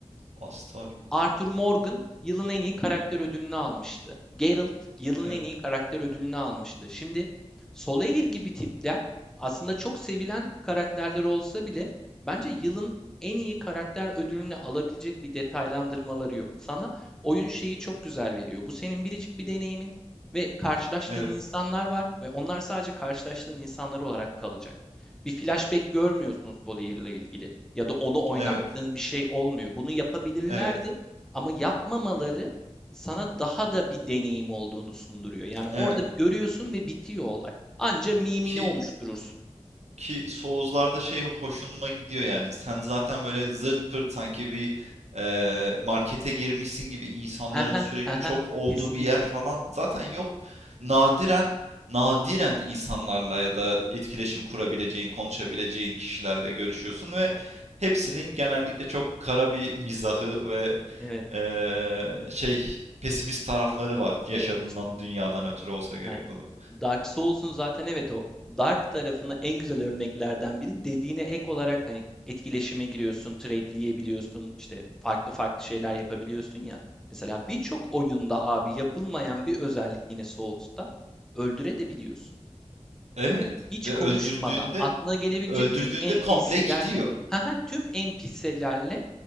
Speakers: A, on the right; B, in the centre.
A: Astaryon.
B: Arthur Morgan yılın en iyi karakter ödülünü almıştı. Geralt yılın
A: Evet.
B: en iyi karakter ödülünü almıştı. Şimdi Solaire gibi tipler aslında çok sevilen karakterler olsa bile bence yılın en iyi karakter ödülünü alabilecek bir detaylandırmaları yok. Sana oyun şeyi çok güzel veriyor. Bu senin biricik bir deneyimin ve karşılaştığın
A: Evet.
B: insanlar var ve onlar sadece karşılaştığın insanlar olarak kalacak. Bir flashback görmüyorsun Solaire'le ilgili ya da onu oynattığın
A: Evet.
B: bir şey olmuyor. Bunu yapabilirlerdi
A: Evet.
B: ama yapmamaları sana daha da bir deneyim olduğunu sunduruyor. Yani
A: Evet.
B: orada görüyorsun ve bitiyor olay. Anca mimini
A: Ki
B: oluşturursun.
A: Ki Souls'larda şey hoşuma gidiyor yani. Sen zaten böyle zırt pırt sanki bir e, markete girmişsin gibi insanların
B: Haha,
A: sürekli
B: haha.
A: çok olduğu
B: Kesinlikle.
A: bir yer falan zaten yok. Nadiren nadiren insanlarla ya da etkileşim kurabileceğin, konuşabileceğin kişilerle görüşüyorsun ve hepsinin genellikle çok kara bir mizahı ve
B: Evet,
A: e, şey pesimist tarafları var yaşadığından
B: evet işte.
A: dünyadan ötürü olsa gerek
B: Yani
A: bu da.
B: Dark Souls'un zaten evet o Dark tarafına en güzel örneklerden biri. Dediğine ek olarak hani etkileşime giriyorsun, trade'leyebiliyorsun, işte farklı farklı şeyler yapabiliyorsun ya. Mesela birçok oyunda abi yapılmayan bir özellik yine Souls'ta öldürebiliyorsun.
A: Evet
B: hiç
A: ve
B: konuşmadan
A: öldürdüğünde
B: aklına gelebilecek
A: öldürdüğünde
B: tüm NPC'lerle
A: komple gidiyor.
B: haha, <laughs> tüm NPC'lerle